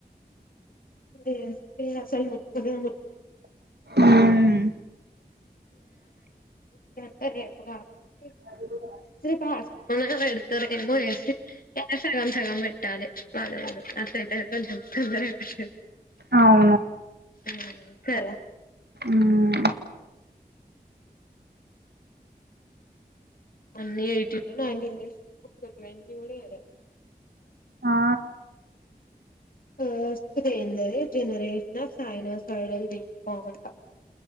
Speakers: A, on the left; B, on the right.
A: D S P అస్సలు ముట్టుకోము
B: ఉమ్
A: హే రేపు కాదు
B: అదికూడా
A: సరే పా పేడుతారేమో ఏసీ ఏ సగం సగం పెట్టాలి వాలు అట్ల అయితే కొంచెం తొందరగా అయిపోతది
B: అవును
A: మ్మ్ కదా
B: మ్
A: అన్నీ ఎయిటీ పైనా <unintelligible> ఒక ట్వంటీ కూడా వెయ్యలే
B: ఆ
A: ఫస్ట్ ది ఎందది జెనరేషన్ హా <unintelligible> గంట